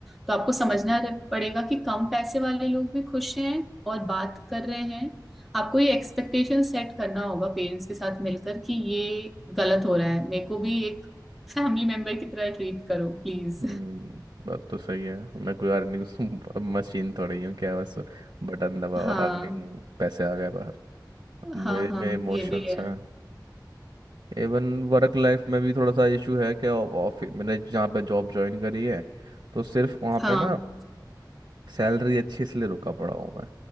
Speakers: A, in the centre; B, on the right.
A: तो आपको समझना रह- पड़ेगा कि कम पैसे वाले लोग भी खुश हैं और बात कर रहे हैं आपको ये एक्सपेक्टेशन सेट करना होगा पेरेंट्स के साथ मिलकर कि ये गलत हो रहा है मेरे को भी एक फैमिली मेंबर की तरह ट्रीट करो प्लीज
B: हम्म बात तो सही है मैं कोई अर्निंग <laughs> मशीन थोड़ी हूँ क्या बस बटन दबा
A: हाँ
B: और अर्निंग पैसे आ गए बाहर मेरे
A: हाँ हाँ
B: में इमोशंस
A: ये भी है
B: हैं इवन वर्क लाइफ में भी थोड़ा सा इशू है कि ऑफिस मैंने जहाँ पे जॉब ज्वाइन करी है तो सिर्फ वहाँ
A: हाँ
B: पे ना सैलरी अच्छी इसलिए रुका पड़ा हूँ मैं